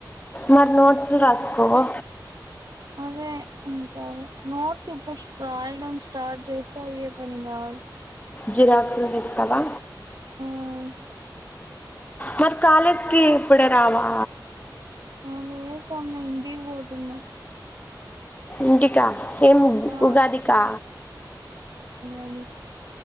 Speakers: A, on the left; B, on the right.
A: మరి నోట్స్లు రాసుకోవా.
B: అదే ఇంకా. అఆ నోట్స్ ఇప్పుడు, స్టరాయడం స్టార్ట్ జెస్తా అయ్యే పని గాదు.
A: జిరాక్స్లు తీస్తావా.
B: అవు.
A: మరి కాలేజ్కిి ఇప్పుడే రావా.
B: అలడేస్ అని, నేను ఇంటి వొతున్నా.
A: ఇంటికా, ఏమ్ ఉగ్,
B: ఆ
A: ఉగాదికా.
B: అవి.